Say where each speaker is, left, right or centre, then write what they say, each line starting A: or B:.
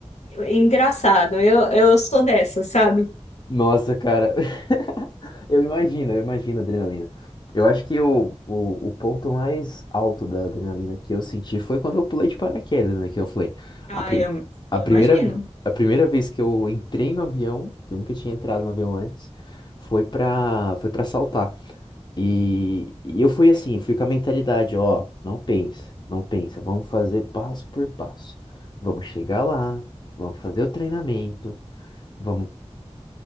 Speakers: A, on the left; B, on the left.
A: Engraçado, eu, eu sou dessa, sabe?
B: Nossa, cara. <laughs> Eu imagino, eu imagino a adrenalina. Eu acho que o, o, o ponto mais alto da adrenalina que eu senti foi quando eu pulei de paraquedas, né? Que eu falei,
A: Ai,
B: a, prim
A: eu,
B: a
A: eu
B: primeira,
A: imagino.
B: a primeira vez que eu entrei no avião, que eu nunca tinha entrado no avião antes, foi pra, foi pra saltar. E, e eu fui assim, fui com a mentalidade, ó, não pensa, não pensa, vamos fazer passo por passo. Vamos chegar lá, vamos fazer o treinamento, vamos